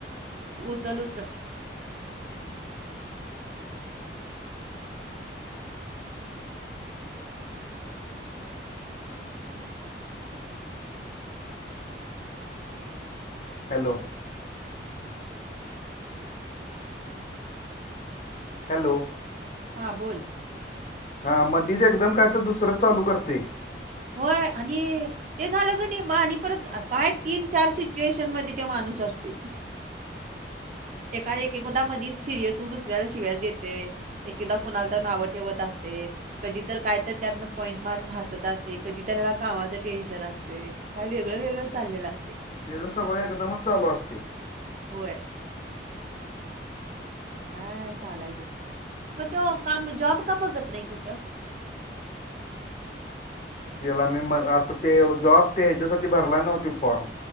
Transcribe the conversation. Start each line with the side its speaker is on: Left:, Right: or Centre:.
Right: उचल उचल
Left: हॅलो हॅलो
Right: हा बोल
Left: हा मध्येच एकदम काय तर दुसरंच चालू करते
Right: होय आणि ते झालं ग नाही आणि परत काय तीन चार सिच्युएशन मध्ये ते माणूस असतोय‌ एका एकदा मधीच सिरीयस होऊन दुसऱ्याला शिव्यास देतेय. एकेदा कुणाला तर नाव ठेवत असते कधी तर काय तर त्यातन पॉइंट मारून हसत असते. कधीतला कामाचं टेन्शन असते काही वेगळं वेगळं चाललेलं असते.
Left: त्याचं सगळं एकदमच चालू असते.
Right: होय. आता काय सांगायचं, मग तो काम जॉब का बघत नाही कुठं.
Left: त्याला मी म आता ते जॉब ते ह्याच्यासाठी भरला नव्हती form.